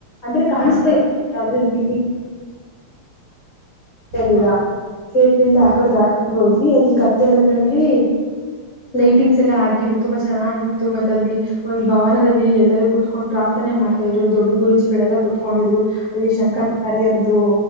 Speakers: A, on the left; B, on the right.
A: ಅಂದ್ರೆ ಕನಸದೆ
B: ಹಾ
A: ಆದ್ರೆ ನೀ ಯಲ್ಲಿಲ್ಲ
B: ಹಾ
A: ಗೇಟಿಂದ
B: ಹಾ
A: ಆಕಡೆ ದಟ್ಕೊಂಡ ಹೋದ್ವಿ ಅಲ್ಲಿ ಕತ್ಲಲ್ಲಿ ಲೈಟಿಂಗ್ಸ್ ಯಲ್ಲಾ ಹಾಕಿದ್ರು ತುಂಬಾ ಚೆನ್ನಾಗಿತ್ತು ಮತ್ತ ಅಲ್ಲಿ ಒಂದ ಭವನದಲ್ಲಿ ಯಲ್ಲರು ಕೂತ್ಕೊಂಡ್ವಿ ಪ್ರಾರ್ಥನೆ ಮಾಡ್ತಿದ್ರು ದೊಡ್ಡ ಗುರೂಜಿಗಳು ಯಲ್ಲಾ ಕೂತ್ಕೊಂಡಿದ್ರು ಅಲ್ಲಿ ಶಂಕರ
B: ಹಾ
A: ರಾಯರದು